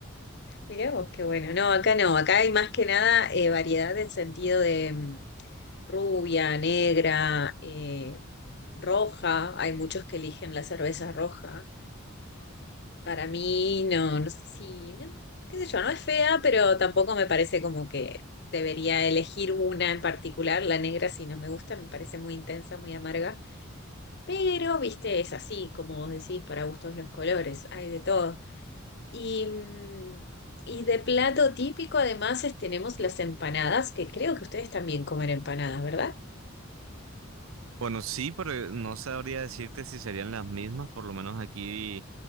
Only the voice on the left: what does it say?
Mirá vos, qué bueno. No, acá no, acá hay más que nada eh, variedad en sentido de mm, rubia, negra, eh, roja. Hay muchos que eligen la cerveza roja. Para mí, no, no sé si, no, qué sé yo, no es fea, pero tampoco me parece como que debería elegir una en particular, la negra, si no me gusta, me parece muy intensa, muy amarga. Pero, viste, es así, como vos decís, para gustos los colores, hay de todo. Y, mm, y de plato típico, además, es- tenemos las empanadas, que creo que ustedes también comen empanadas, ¿verdad?